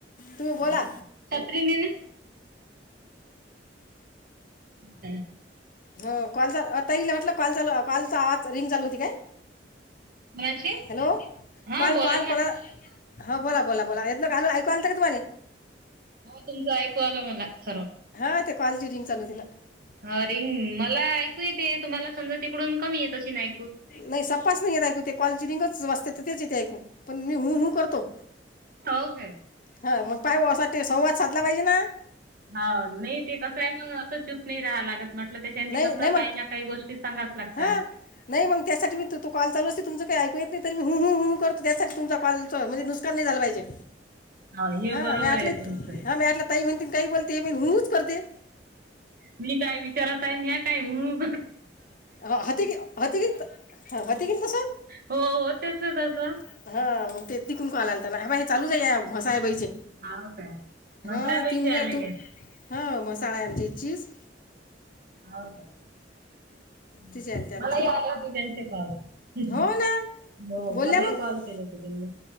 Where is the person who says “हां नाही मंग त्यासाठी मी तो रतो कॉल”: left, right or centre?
Left